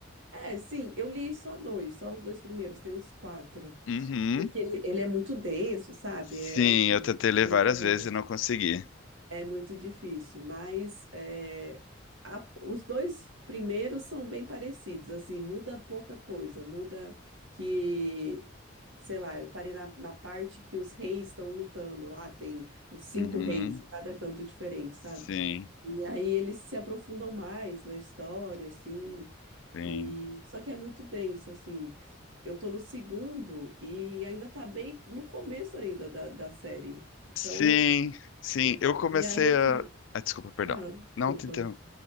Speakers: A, on the right; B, on the left.
A: É, sim, eu li só dois, só os dois primeiros, tem uns quatro.
B: Uhum.
A: Porque ele, ele é muito denso, sabe?
B: Sim,
A: É mu-
B: eu tentei ler
A: muito.
B: várias vezes e não consegui.
A: É muito difícil, mas é, a- os dois primeiros são bem parecidos, assim, muda pouca coisa, muda que, sei lá, eu parei na, na parte que os reis estão lutando, lá tem uns cinco
B: Uhum.
A: reis em cada canto diferente, sabe?
B: Sim,
A: E aí eles se aprofundam mais na história, assim,
B: sim.
A: e só que é muito denso, assim. Eu tô no segundo e ainda tá bem no começo ainda da, da série, então...
B: Sim, sim.
A: o-
B: Eu comecei
A: e aí eu
B: a.
A: tô,
B: Ah, desculpa, perdão.
A: Fala, desculpa.
B: Não te interrompi.